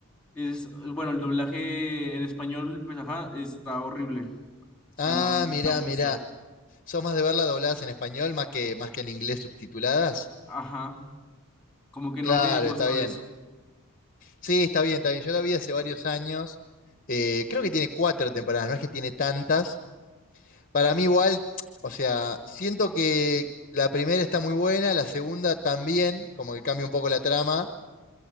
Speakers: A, in the centre; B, on the left.
A: es, bueno, el doblaje en español, pues ajá, está horrible, o
B: Ah,
A: sea, no, no
B: mirá,
A: me gusta,
B: mirá. ¿Sos más de verla dobladas en español más que, más que en inglés subtituladas?
A: ajá, como que
B: Claro,
A: no me gustó
B: está bien.
A: eso.
B: Sí, está bien, está bien. Yo la vi hace varios años. Eh, creo que tiene cuatro temporadas, no es que tiene tantas. Para mí igual, <tsk> o sea, siento que la primera está muy buena, la segunda también, como que cambia un poco la trama.